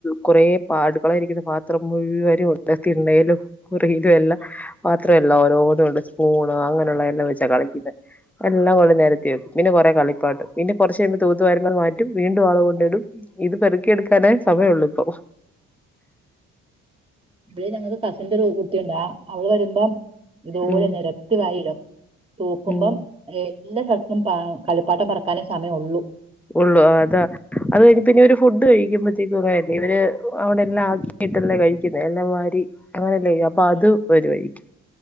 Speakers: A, in the centre; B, on the right (about 20°).
A: കുറെ പാടുകളായിരിക്കുന്ന പാത്രം മുഴുവരും ഉണ്ടത്തി തിണ്ണേലും റീലും എല്ലാം
B: ആ
A: പാത്രം എല്ലാം ഓരോന്നുംണ്ട് സ്പൂണ് അങ്ങനെയുള്ള എല്ലാം വെച്ചാ കളിക്കുന്നെ എല്ലാം കൊണ്ട്
B: ഉം
A: നേരത്തി വെക്കും പിന്നെ കുറെ കളി പിന്നെ കുറച്ച കഴുമ്പോൾ തൂത്തുവരുമ്പോ മാറ്റും വീണ്ടും ആളു കൊണ്ട ഇടും ഇത് പെറക്കിയെടുക്കാനേ സമയമള്ളൂ ഇപ്പൊ.
B: ഇബടെ ഞങ്ങള്ക്ക് കസിന്റ ഒരു കുട്ടിയുണ്ട് ആ അവള് വരുമ്പം ഇതുപോല
A: ഉം
B: നെരത്തി വായിടും തൂക്കുമ്പം
A: ഉം
B: എല്ലാ സ്ഥലത്തും കളിപ്പാട്ടം പറക്കാനേ സമയ ഉള്ളു
A: ഉള്ളൂ അതാ, അത് കഴിഞ്ഞ പിന്നെ ഒരു ഫുഡ് കഴിക്കുമ്പഴത്തേക്കും അങ്ങനെയല്ല ഇവര് അവിടെ എല്ലാം ആക്കിയിട്ടല്ലേ കഴിക്കുന്നത് എല്ലാ വാരി അങ്ങനല്ലേ അപ്പൊ
B: ഉം.
A: അത് വരുവാരിക്കും